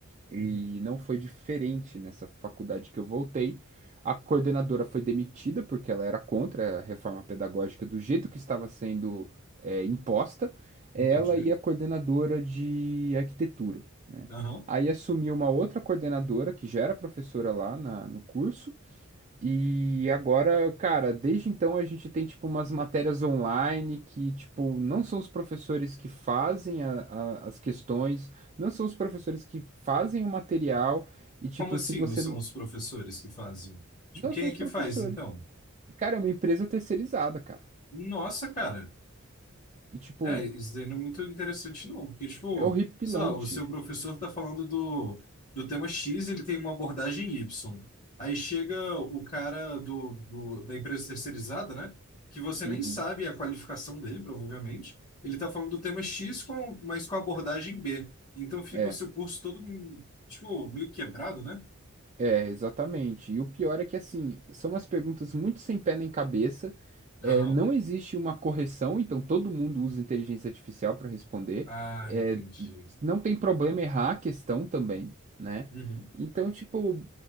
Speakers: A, on the right; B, on the left.
A: E
B: Uhum.
A: não foi diferente nessa faculdade que eu voltei. A coordenadora foi demitida porque ela era contra a reforma pedagógica do jeito que estava sendo é, imposta. Ela
B: Entendi.
A: e a coordenadora de arquitetura, né?
B: Aham.
A: Aí assumiu uma outra coordenadora que já era professora lá na- no curso e agora, cara, desde então a gente tem, tipo, umas matérias online que, tipo, não são os professores que fazem a- a- as questões, não são os professores que fazem o material, e, tipo,
B: Como assim
A: se você.
B: não são
A: n-
B: os professores que fazem? Tipo,
A: Não
B: quem
A: são
B: é
A: os
B: que
A: professores.
B: faz, então?
A: Cara, é uma empresa terceirizada, cara.
B: Nossa, cara.
A: E, tipo,
B: É, isso daí não é muito interessante, não. Porque, tipo,
A: é horripilante.
B: sei lá, o seu professor tá falando do, do tema X ele tem uma abordagem Y. Aí chega o cara do, do- da empresa terceirizada, né? Que você nem
A: Uhum.
B: sabe a qualificação dele, provavelmente. Ele tá falando do tema X, com, mas com a abordagem B. Então fica
A: É.
B: o seu curso todo, hum, tipo, meio quebrado, né?
A: É, exatamente. E o pior é que, assim, são umas perguntas muito sem pé nem cabeça.
B: Aham.
A: É, não existe uma correção, então todo mundo usa inteligência artificial para responder.
B: Ah,
A: É,
B: entendi.
A: não tem problema errar a questão também, né?
B: Uhum.
A: Então, tipo,